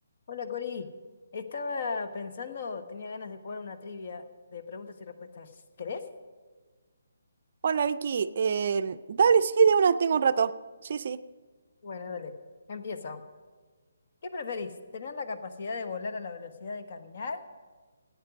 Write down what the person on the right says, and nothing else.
Hola Vicky, Em, dale, sí, de una tengo un rato. Sí, sí.